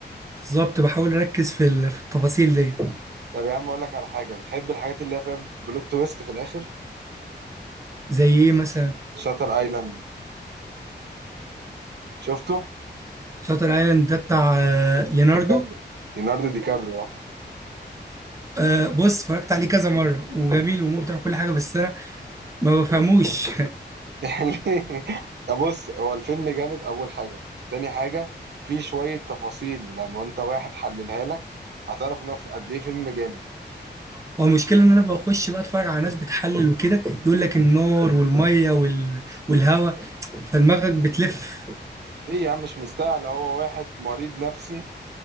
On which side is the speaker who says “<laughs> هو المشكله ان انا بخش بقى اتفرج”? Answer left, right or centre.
Right